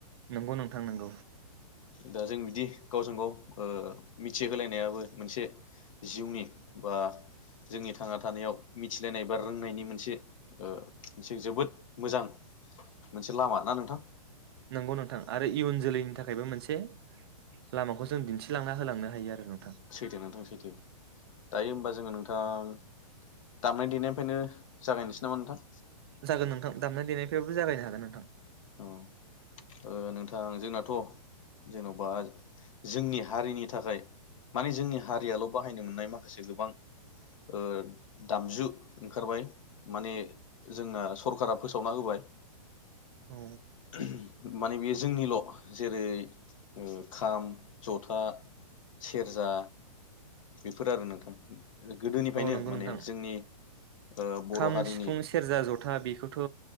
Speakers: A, on the right; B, on the left.
A: नंगौ नोंथां नंगौ
B: दा जों बिदि गावजों गाव ओ मिथिहोलायनायाबो मोनसे जिउनि बा जोंनि थांना थानायाव मिथिलायनाय बा रोंनायनि मोनसे मोनसे ओ जोबोद मोजां मोनसे लामा ना नोंथां
A: नंगौ नोंथां आरो इयुन जोलैनि थाखायबो मोनसे लामाखौसो दिन <unintelligible> लांना होलांनो हायो आरो नों
B: सैथो नोंथां सैथो दायो होमबा जोङो नोंथां दामनाय देनायनिफ्रायनो जागायनोसै नामा नोंथां
A: जागोन नोंथां दामनाय देनायनिफ्राबो जागायनो हागोन नोंथां
B: औ ओ नोंथां जोंनाथ' जेन'बा जोंनि हारिनि थाखाय माने जोंनि हारियाल' बाहायनो मोननाय माखासे गोबां ओ दामजु ओंखारबाय माने जोंना सरखारा फोसावना होबाय
A: औ
B: <unintelligible> माने बियो जोंनिल' जेरै ओ खाम जथा सेरजा बेफोर आरो नोंथां गोदोनिफ्रायनो
A: औ नंगौ
B: माने
A: नोंथां
B: जोंनि ओ बर'
A: खाम
B: हारिनि
A: सिफुं सेरजा जथा बेखौथ'